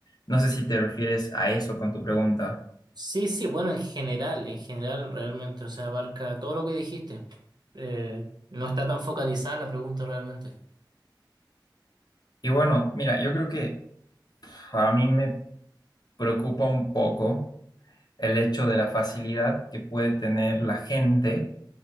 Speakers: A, on the left (about 55°); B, on the right (about 60°).
A: No sé si te refieres a eso con tu pregunta.
B: Sí, sí, bueno, en general, en general realmente, o sea, abarca todo lo que dijiste. Eh, no está tan focalizada la pregunta realmente.
A: Y bueno, mira, yo creo que pf, a mí me preocupa un poco el hecho de la facilidad que puede tener la gente